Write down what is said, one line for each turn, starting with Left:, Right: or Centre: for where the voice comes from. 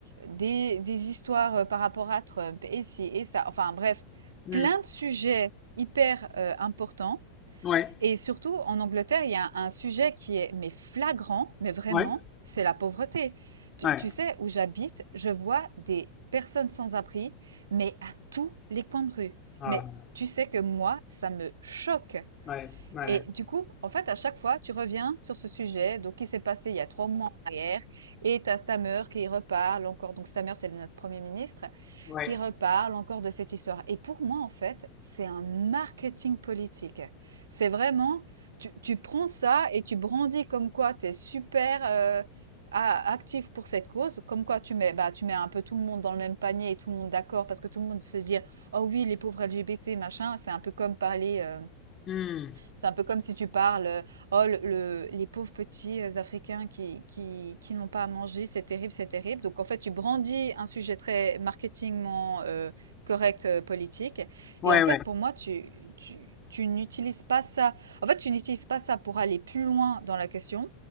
Right: des des histoires, heu, par rapport à Trump et ci et ça, enfin bref,
Left: Hmm.
Right: plein de sujets hyper, heu, importants
Left: Ouais.
Right: et surtout en Angleterre, il y a un sujet qui est mais flagrant, mais vraiment,
Left: Ouais.
Right: c'est la pauvreté. Tu
Left: Ouais.
Right: tu sais, où j'habite, je vois des personnes sans abri, mais à tous les coins de rue.
Left: Ah.
Right: Mais tu sais que moi, ça me choque.
Left: Ouais. Ouais.
Right: Et du coup, en fait, à chaque fois, tu reviens sur ce sujet, donc qui s'est passé il y a trois mois en arrière, et t'as Stammer qui reparle encore, donc Stammer, c'est le- notre Premier ministre,
Left: Ouais.
Right: qui reparle encore de cette histoire. Et pour moi, en fait, c'est un marketing politique. C'est vraiment, tu, tu prends ça et tu brandis comme quoi tu es super euh, a- actif pour cette cause, comme quoi tu mets, bah, tu mets un peu tout le monde dans le même panier et tout le monde d'accord, parce que tout le monde se dit, oh oui, les pauvres LGBT, machin, c'est un peu comme parler... euh,
Left: Hmm.
Right: c'est un peu comme si tu parles, euh, oh, le, le- les pauvres petits euh, Africains qui, qui, qui n'ont pas à manger, c'est terrible, c'est terrible. Donc, en fait, tu brandis un sujet très marketingment euh, correct, euh, politique.
Left: Ouais.
Right: Et en
Left: Ouais.
Right: fait, pour moi, tu, tu, tu n'utilises pas ça. En fait, tu n'utilises pas ça pour aller plus loin dans la question.